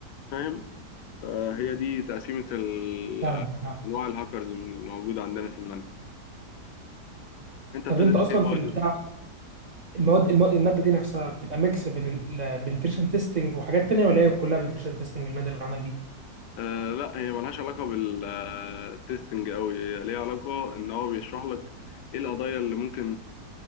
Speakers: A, on the left; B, on the right.
A: فاهم فهي دي تقسيمه ال-
B: فاهمك فاهمك.
A: انواع الهاكرز من اللي موجوده عندنا في المنهج انت بتدرس
B: طب انت اصلا
A: ايه مواد
B: في البتاع المواد المواد الماده دي نفسها بتبقى ميكس بين البنتريشن تيستنج وحاجات تانية ولا هي كلها بنتريشن تيستنج الماده اللي عندك دي
A: آه لا هي ملهاش علاقة بالتستنج أوي هي ليها علاقة إن هو بيشرح لك إيه القضايا اللي ممكن